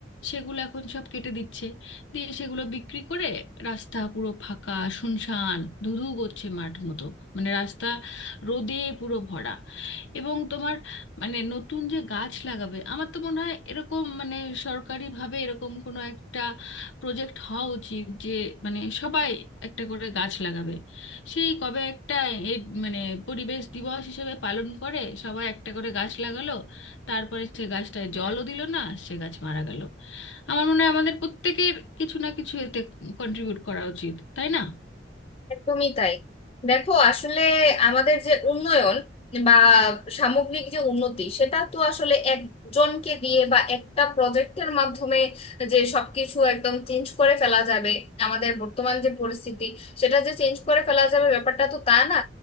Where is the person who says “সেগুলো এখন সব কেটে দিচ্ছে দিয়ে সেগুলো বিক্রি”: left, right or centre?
Left